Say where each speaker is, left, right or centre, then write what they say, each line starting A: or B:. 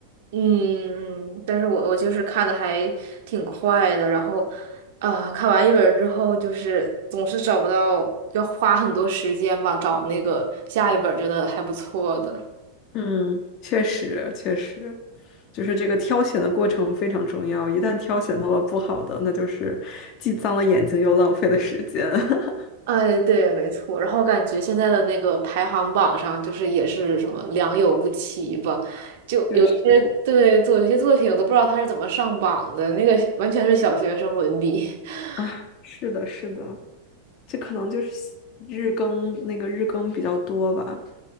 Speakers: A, on the right; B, on the left.
A: 嗯，但是我我就是看的还挺快的，然后啊，看完一本儿之后，就是总是找不到，要花很多时间吧，找那个下一本儿觉得还不错的。
B: 嗯，确实，确实，就是这个挑选的过程非常重要。一旦挑选到了不好的，那就是既脏了眼睛又浪费了时间。<laughs>
A: 哎，对，没错。然后感觉现在的那个排行榜上，就是也是什么良莠不齐吧，就有些对做有些作品，
B: 确实。
A: 我都不知道他是怎么上榜的，那个完全是小学生文笔。<laughs>
B: 啊，是的，是的，这可能就是西日更那个日更比较多吧，